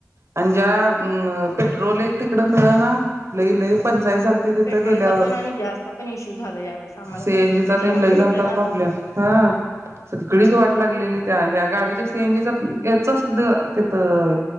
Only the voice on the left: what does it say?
ह
पेट्रोलचा
पण आणि गॅसचा पण इश्यू झाला यावेळेस आम्हाला
पण जेवण
भेटना